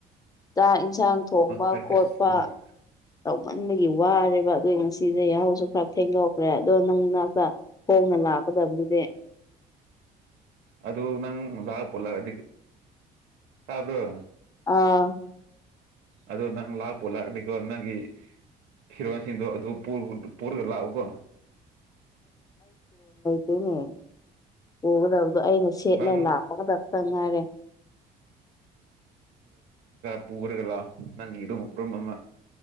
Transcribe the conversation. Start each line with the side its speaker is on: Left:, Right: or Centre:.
Left: ꯆꯥꯛ ꯌꯦꯟꯁꯥꯡ ꯊꯣꯡꯕ
Right: ꯍꯔꯀ꯭ꯔꯤꯁ
Left: ꯈꯣꯠꯄꯥ ꯇꯧꯃꯟꯕꯒꯤ ꯋꯥꯔꯦꯕ ꯑꯗꯨ ꯉꯁꯤꯁꯦ ꯌꯥꯍꯧꯁꯨ ꯈꯔ ꯊꯦꯡꯗꯣꯛꯈ꯭ꯔꯦ ꯑꯗꯣ ꯅꯪ ꯅꯥꯛꯇ ꯍꯣꯡ ꯂꯀ ꯇꯝꯗꯨꯗꯦ
Right: ꯑꯗꯨ ꯅꯪ ꯂꯥꯛ ꯄꯨꯜꯂꯒꯗꯤ ꯇꯥꯕ꯭ꯔꯣ
Left: ꯑꯥ
Right: ꯑꯗ ꯅꯪ ꯂꯥꯛꯄ ꯂꯥꯛꯑꯗꯤꯀꯣ ꯅꯪꯒꯤ ꯐꯤꯔꯣꯟꯁꯤꯡꯗꯣ ꯑꯗꯨ ꯄꯨꯔꯒ ꯂꯥꯛꯎꯀꯣ
Left: ꯝ ꯄꯨꯒꯗꯕ ꯑꯗꯣ ꯑꯩꯅ ꯁꯦꯠꯂ
Right: ꯅꯪ
Left: ꯂꯥꯛꯄꯒꯗꯛꯇ ꯉꯥꯏꯔꯦ꯫
Right: ꯄꯨꯔꯒꯥ ꯂꯥ ꯅꯪꯒꯤꯔꯨꯝ ꯔꯨꯝ ꯑꯃ꯫